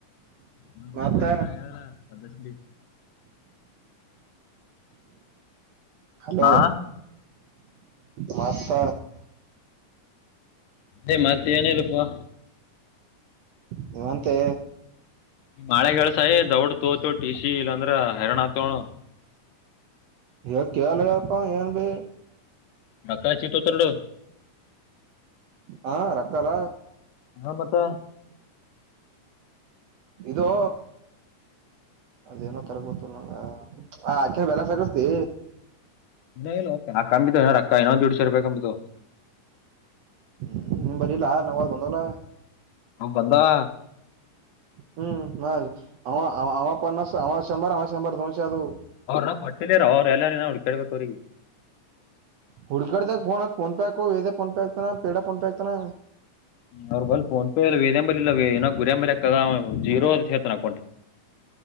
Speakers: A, on the left; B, on the right.
A: ಹ್ಮ
B: ಮತ್ತ
A: ಊಟಟಾರ ಅದೀ <inaudible>
B: ಹಲೋ
A: ಹಾ
B: ಮತ್ತ್
A: ಏ ಮತ್ತೇನಿಲ್ಲಪ್ಪ.
B: ನೀವಂತೆ.
A: ನಿಮ್ ಆಳ್ಯಾಗ ಹೇಳ್ಸೆ ದೌಡ್ ತೋತೇವ್ ಟಿ ಸಿ ಇಲ್ಲ ಅಂದ್ರ ಹೈರಣ ಆತೆವ ನೋಡ
B: ಹೇಳಿದ್ ಕೇಳಲ ಆಗ್ಯಲಪ್ಪ ಅಂವ ಎನ್ ಬಿ.
A: ರೊಕ್ಕ ಹಚ್ ಇಟ್ಟೋತರ ನೋಡ್
B: ಹಾ ರಕ್ಕಲಾ.
A: ಹಾ ಮತ್ತ.
B: ಇದೋ. ಅದೇಏನೋ ಅತ್ತರ ಗೊತ್ತಿಲ್ ನಂಗ ಆ ಆಕ್ಯ ಬ್ಯಾಲೆನ್ಸ್ ಹಾಕ್ಸಿತಿ
A: ಹಿನಾ ಇಲ್ಲೋ ಪ್ಯ ಆ ಕಂಬಿದ್ದವ ಹೀನಾ ರಕ್ಕ ಹಿಂದನ ದೀಡ್ಸೆ ರೂಪಾಯಿ ಕಂಬಿದ್ದವ.
B: ಹ್ಮ್ ನಿಂಬಲ್ ಇಲ್ಲ ನಾವ್ದ್ ಬಂದವಲ್ಲ.
A: ಅವು ಬಂದವ.
B: ಹ್ಮ್ ನ್ ಅಂವ ಅಂವ ಪನ್ನಸ್ ಅಂವ ಸೆಂಬೋರ್ ಅಂವ ಸೆಂಬೋರ್ ದೋನ್ಸ್ ಏ ಆದು.
A: ಅವ್ರ ಅಪ್ಪ ಕೊಟ್ಟಿಲೆರೋ ಅವ್ರ ಎಲ್ಲಾರ ಹುಡ್ಕೇಡ್ಬೇಕ್ ಅವ್ರಿಗಿ.
B: ಹುಡ್ಯಕ್ಯದ್ಯಾಕ್ ಫೋನ್ ಹತ್ ಫೋನ್ ಪೆ ಹಾಕು ಇದೆ ಫೋನ್ ಪೇ ಆಕ್ತಾನ ಪೇಡ ಫೋನ್ ಪೇ ಹಾಕ್ತನ.
A: ಅವ್ರ ಬಲ್ ಫೋನ್ ಪೆ ಇಲ್ ವೇದ್ಯಾನಬಲ್ಲಿ ಇಲ್ಲ ಹೀನಾ ವೆ ಗುರ್ಯಾಂಬಲ್ಯಕ್ ಅದ ಅಂವ ಜೀರೋದ ಅತ್ ಹೇಳ್ತಾನ ಅಕೌಂಟ್.